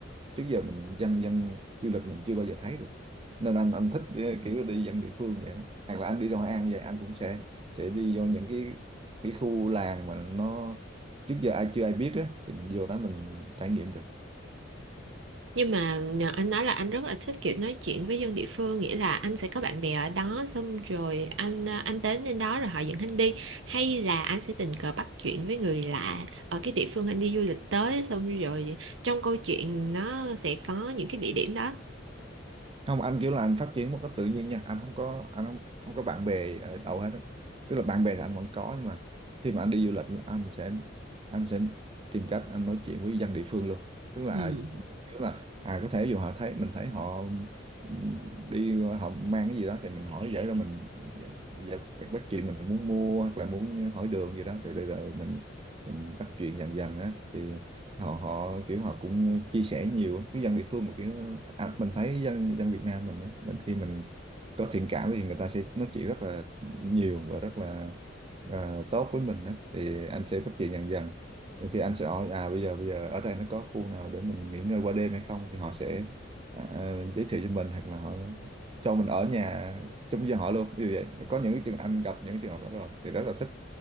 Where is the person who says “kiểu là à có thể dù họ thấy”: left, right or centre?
Right